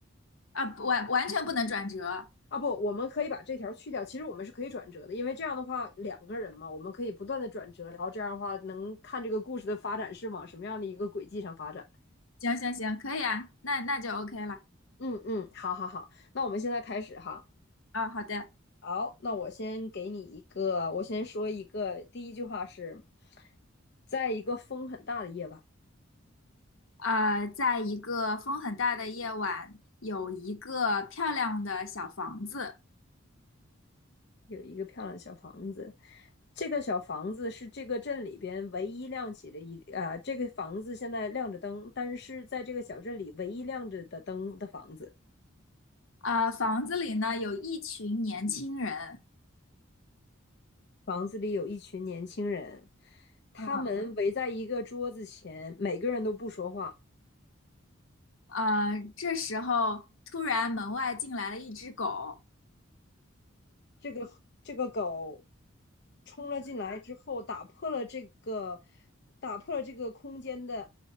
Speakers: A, on the left; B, on the left.
A: 啊，不完完全不能转折。
B: 啊。不，我们可以把这条去掉。其实我们是可以转折的，因为这样的话两个人嘛，我们可以不断的转折，然后这样的话能看这个故事的发展是往什么样的一个轨迹上发展。
A: 行行行，可以啊，那那就 OK 了。
B: 嗯嗯，好好好，那我们现在开始哈。
A: 啊，好的。
B: 好，那我先给你一个，我先说一个，第一句话是，在一个风很大的夜晚，
A: 呃，在一个风很大的夜晚，有一个漂亮的小房子。
B: 有一个漂亮的小房子，这个小房子是这个镇里边唯一亮起的一啊、这个房子现在亮着灯，但是在这个小镇里唯一亮着的灯的房子，
A: 呃，房子里呢有一群年轻人。
B: 房子里有一群年轻人，他们围在一个桌子前，
A: 嗯，
B: 每个人都不说话，
A: 呃，这时候突然门外进来了一只狗。
B: 这个这个狗冲了进来之后，打破了这个打破了这个空间的